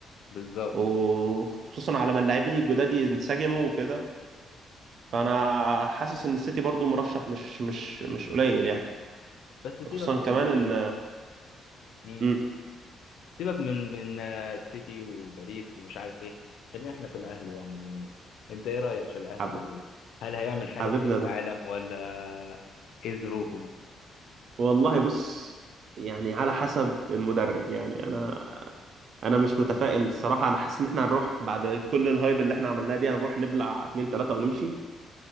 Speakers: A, on the left; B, on the right.
A: بالظبط
B: وخصوصا على ما اللاعبين الجداد ينسجموا وكده فانا
A: مم.
B: حاسس ان السيتي برضو مرشح مش مش مش قليل يعني
A: بس
B: خصوصا
A: سيبك من
B: كمان
A: ال...
B: ان
A: مم.
B: امم
A: سيبك من من آه، السيتي وباريس ومش عارف ايه خلينا احنا في الاهلي يعني انت ايه رايك في الاهلي
B: حب...
A: وهل هيعمل حاجه
B: حبيبنا
A: في كاس العالم
B: ده
A: ولا ايه ظروفه
B: والله بص يعني على حسب المدرب يعني انا انا مش متفائل الصراحه انا حاسس ان احنا هنروح بعد كل الهايب اللي احنا عملناه دي هنروح نبلع 2 3 ونمشي